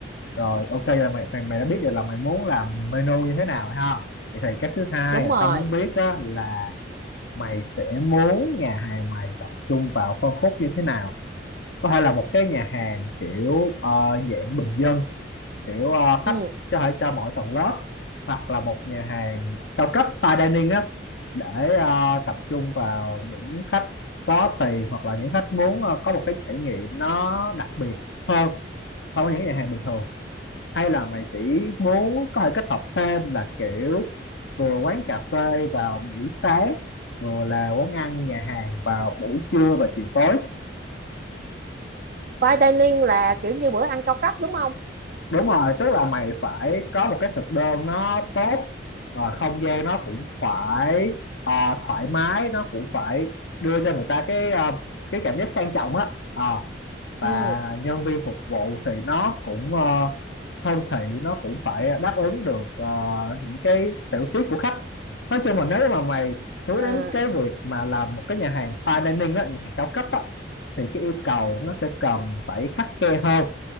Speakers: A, on the left; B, on the right.
A: rồi ok vậy là mày, mày mày đã biết rồi là mày muốn làm menu như thế nào rồi ha vậy thì cái thứ hai
B: đúng
A: là
B: rồi
A: tao muốn biết á, là mày sẽ muốn nhà hàng mày tập trung vào phân khúc như thế nào có thể là một cái nhà hàng kiểu ờ, dạng bình dân kiểu ờ,
B: ừ
A: khách có thể cho mọi tầng lớp hoặc là một nhà hàng cao cấp fine dining á để ờ, tập trung vào những khách có tiền hoặc là những khách muốn ờ, có một cái trải nghiệm nó đặc biệt hơn so với những nhà hàng bình thường hay là mày chỉ muốn có thể kết hợp thêm là kiểu vừa quán cà phê vào buổi sáng vừa là quán ăn nhà hàng vào buổi trưa và chiều tối
B: fine dining là kiểu như bữa ăn cao cấp đúng không
A: đúng rồi tức là mày phải có một cái thực đơn nó tốt ờ, không gian nó cũng phải ờ, thoải mái nó cũng phải đưa cho người ta cái ờ, cái cảm giác sang trọng á Ờ, và
B: ừ
A: nhân viên phục vụ thì nó cũng ờ, thân thiện nó cũng phải đáp ứng được ờ, những cái tiểu tiết của khách nói chung là nếu mà mày hướng
B: à,
A: đến cái việc mà làm một cái nhà hàng fine dining đó nhà hàng cao cấp á thì cái yêu cầu nó sẽ cần phải khắt khe hơn